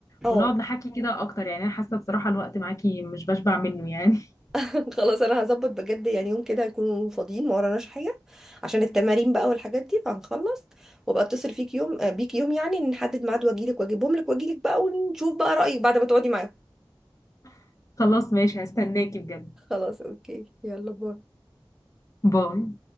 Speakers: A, in the centre; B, on the left.
A: اه
B: ونقعد نحكي كده أكتر يعني أنا حاسة بصراحة الوقت معاكي مش بشبع منه يعني
A: <laughs> خلاص انا هظبط بجد يعني يوم كده هنكون فاضيين ما وراناش حاجه عشان التمارين بقى والحاجات دي فهنخلص وابقى اتصل فيك يوم آه، بيك يوم يعني نحدد ميعاد واجيلك واجيبهم لك واجيلك بقى ونشوف بقى رايك بعد ما تقعدي معاهم
B: <laughs> خلاص ماشي هستناكي بجد
A: خلاص اوكي يلا باي
B: باي